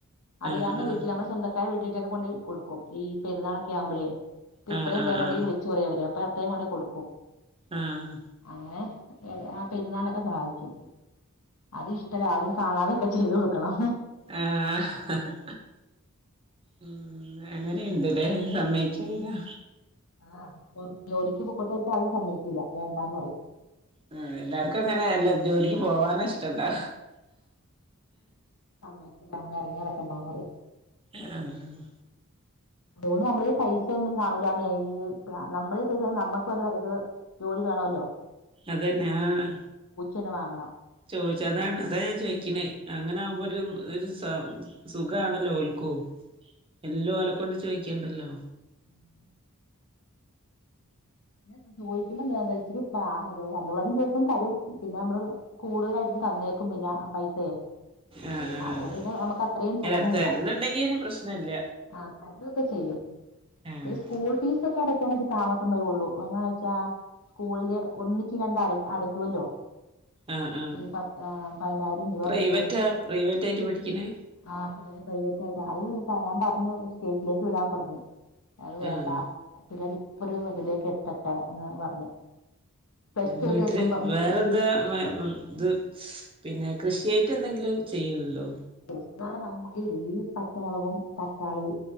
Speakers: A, on the left (about 75°); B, on the right (about 25°).
A: അറിയാന്ന
B: ആഹ് ആഹ്
A: വീട്ടിൽ നമ്മള് സ്വന്ത ക്കാരെ വെട്ടിട്ടൊക്കെ കൊണ്ടേയ് കൊടുക്കും ഈ പെരുന്നാളൊക്കെ ആവുമ്പഴേ ഇപ്പ
B: ആഹ്
A: ഇത്രം വേണോടി
B: ആഹ് ആഹ് ആഹ്
A: വി ളിച്ചുറയും അവര് അപ്പോ അത്രേം കൊണ്ടെ കൊടുക്കും.
B: ആഹ്
A: അങ്ങനെ ആഹ് പെരുന്നാള്ന്നൊക്കെ സഹായിക്കും അത് ഇഷ്ടല്ല അതും കാണാതൊക്കെ ചെയ്തു കൊടുക്കണം.
B: ആഹ് മ്മ് അങ്ങനെയിണ്ട്ലേ സമ്മയിക്കായികാ
A: ഉം ആഹ് പൊർ ജോലിക്ക് പൊക്കോട്ട് വെച്ചാ അതും സമ്മയിക്കുല വേണ്ടന്ന്റയും
B: ആഹ് എല്ലാർക്കും അങ്ങനെ എല്ല ജോലിക്ക്
A: ആഹ്
B: പോവാന ഇഷ്ട്ടണ്ടാ
A: സമ്മയികുല അങ്ങനെ എറങ്ങി നടക്കണ്ട പറയും
B: ആഹ്
A: അതുകൊണ്ട് നമ്മടെ കൈയിൽ പൈസയ ഒന്നും കാണൂല്ലന്നേ ഈ നമ്മള പൈസ നമ്മക്ക് ഒരു ഇത് ജോലി വേണോലോ
B: അതെന്നെ ആഹ്
A: തന്നെ വാങ്ങണം
B: ചോയിച്ച അതാ അതാണ് ഞാൻ ചോദിക്കണേ
A: ഉം
B: അങ്ങനെ ആവുമ്പോ ഒരു സ സുഖാണല്ലോൽക്കു എല്ലോല കൊണ്ട് ചോയിക്കണ്ടല്ലോ
A: ഉം പിന്നെ ചോയിക്കുമ്പോ <unintelligible> രണ്ട് പ്രശ്യം ചോയ്ക്കുമ്പം തരും പിന്നെ നമ്മള് കൂടുതലായിട്ടും തന്നേക്കും പിന്നെ പൈസയേ
B: ആഹ് ആഹ്
A: അതുണ്ട്ന്നെ നമുക്കത്രയും
B: അല്ല
A: തോന്നൂലാ
B: തരുന്നുണ്ടെങ്കി പിന്നെ പ്രശ്നല്ല
A: ആഹ് തരുവേക്കെ ചെയ്യും
B: ആഹ്
A: ഈ സ്കൂൾ ഫീസൊക്കെ അടക്കാണെങ്കി താമസം വരുവൊള്ളൂ എങ്ങനാവെച്ചാ സ്കൂളില് ഒന്നിച്ചിരണ്ട് അട അടക്കുലോ
B: ആഹ്
A: ഈ പത്ത് ഹ് പതിനായിരം രൂവ
B: പ്രൈവറ്റാ
A: വെച്ച്
B: പ്രൈവറ്റ് ആയിട്ട് പഠിക്കണേ
A: ആ പിള്ളേർ പ്രൈവറ്റായിട്ടാ അത് ഞാൻ പറഞ്ഞു സ്റ്റേജിലേക്ക് വിടാൻ പറഞ്ഞു അത് വേണ്ട
B: ആഹ്
A: പിള്ളേര് ഇപ്പൊ ഒരു ഇതിലേക്ക് എത്തട്ടെ എന്ന് പറഞ്ഞു പ്ലസ് ടു
B: വീട്ടില്
A: ഒക്കെ എത്തുമ്പം
B: വേറെന്താ വേ ഇത് സ് പിന്നെ കൃഷിയായിട്ടെന്തെങ്കിലും ചെയ്യുന്നുണ്ടോ
A: കൃഷി നമ്മള് ഈ പച്ചമൊളകും തക്കാളി